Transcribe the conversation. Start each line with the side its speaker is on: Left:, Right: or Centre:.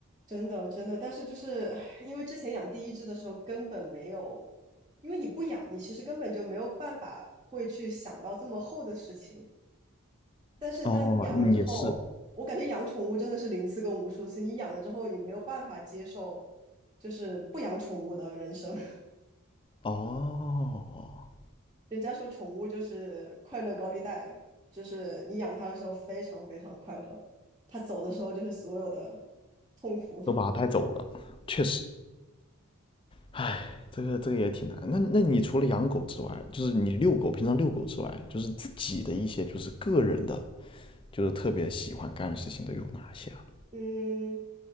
Right: 真的真的。但是就是唉因为之前养第一只的时候根本没有，因为你不养，你其实根本就没有办法会去想到这么厚的事情。但是当你养了之后，
Left: <laughs> 哦，嗯，也是。
Right: 我感觉养宠物真的是零次跟无数次。你养了之后，你没有办法接受，就是不养宠物的人生。<laughs>
Left: 哦，
Right: 人家说宠物就是快乐高利贷，就是你养它的时候非常非常快乐，它走的时候就是所有的痛苦。
Left: 都把它带走了，确实。唉，这个这个也挺难。那那你除了养狗之外，就是你遛狗，平常遛狗之外，就是自己的一些就是个人的，就是特别喜欢干的事情都有哪些啊？
Right: <laughs> 嗯，